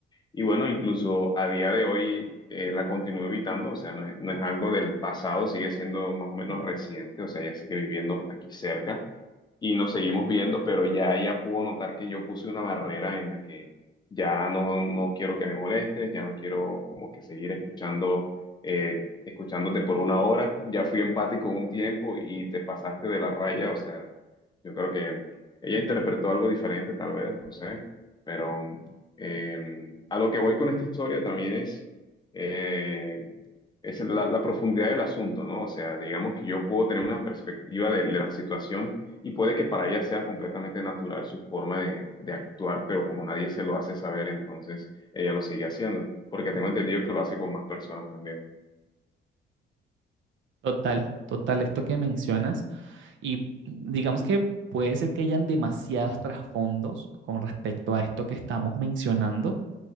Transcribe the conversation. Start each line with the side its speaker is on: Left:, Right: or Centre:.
Left: Y bueno, incluso a día de hoy eh, la continúo evitando, o sea, no es, no es algo del pasado, sigue siendo más o menos reciente, o sea, ella sigue viviendo aquí cerca y nos seguimos viendo, pero ya ella pudo notar que yo puse una barrera en la que ya no, no quiero que me molestes, ya no quiero como que seguir escuchando, eh, escuchándote por una hora, ya fui empático un tiempo y te pasaste de la raya, o sea, yo creo que ella interpretó algo diferente tal vez, no sé, pero... Eh, a lo que voy con esta historia también es, eh, es la, la profundidad del asunto, ¿no? O sea, digamos que yo puedo tener una perspectiva de, de la situación y puede que para ella sea completamente natural su forma de, de actuar, pero como nadie se lo hace saber, entonces ella lo sigue haciendo, porque tengo entendido que lo hace con más personas también.
Right: Total, total, esto que mencionas y digamos que puede ser que hayan demasiados trasfondos con respecto a esto que estamos mencionando